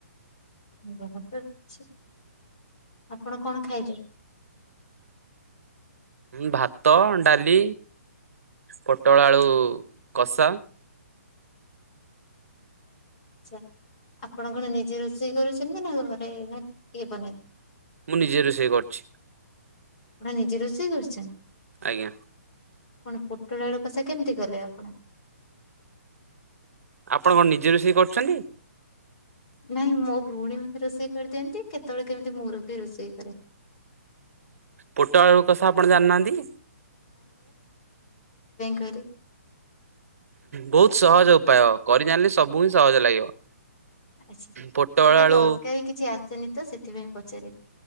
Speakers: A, on the left (about 25°); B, on the right (about 65°).
A: <unintelligible> ଅଛି ଆପଣ କଣ ଖାଇଚ
B: ଭାତ ଡାଲି ପୋଟଳ ଆଳୁ କଷା।
A: ଆଛା ଆପଣ କଣ ନିଜେ ରୋଷେଇ କରୁଚନ୍ତି ନା ଘରେ ନା କିଏ ବନେଇ
B: ମୁଁ ନିଜେ ରୋଷେଇ କରିଛି।
A: ମ ନିଜେ ରୋଷେଇ କରୁଛ?
B: ଆଜ୍ଞା।
A: କଣ ପୋଟଳ ବେଳ କସା କେମିତି କଲେ ଆପଣ?
B: ଆପଣ କଣ ନିଜେ ରୋଷେଇ କରୁଛନ୍ତି?
A: ନାଇଁ ମୋ ଭଉଣୀ ମତେ ରୋଷେଇ କରିଦିଅନ୍ତି କେତେବେଳେ କେମିତି ମୋର ବି ରୋଷେଇ କରେ।
B: ପୋଟଳକୁ କସା ଆପଣ ଜାଣିନାହାନ୍ତି?
A: କରେ।
B: ବହୁତ ସହଜ ଉପାୟ କରି ଜାଣିଲେ ସବୁ ହିଁ ସହଜ ଲାଗିବ।
A: ଆଚ୍ଛା
B: ପୋଟଳ
A: ମତେ
B: ଆଳୁ
A: ତରକାରୀ କିଛି ଆସେନି ତ ସେଥିପାଇଁ ପଚାରିଲି।